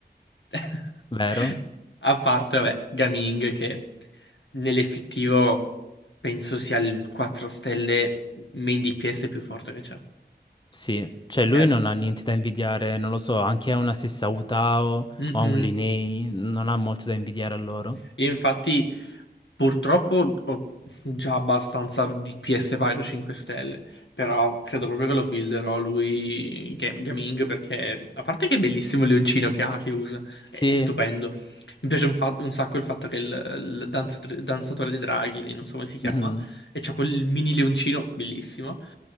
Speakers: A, on the left; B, on the left.
A: <laughs>
B: vero?
A: A parte, vabbè, Gaming che nell'effettivo penso sia il 4 stelle main DPS più forte che c'è.
B: Sì, cioè
A: Cioè,
B: lui non ha niente da invidiare, non lo so, anche a una stessa Utao
A: mhm.
B: o a un Linei, non ha molto da invidiare a loro.
A: Io infatti Purtroppo ho già abbastanza di PS Pyro 5 stelle, però credo proprio che lo builderò lui Ga- Gaming perché a parte che è bellissimo il leoncino che ha, che usa, è,
B: Sì,
A: è stupendo. Mi piace un, fa- un sacco il fatto che il, il danzat- danzatore dei draghi, lì non so come si chiama,
B: mhm,
A: e c'ha quel mini leoncino bellissimo.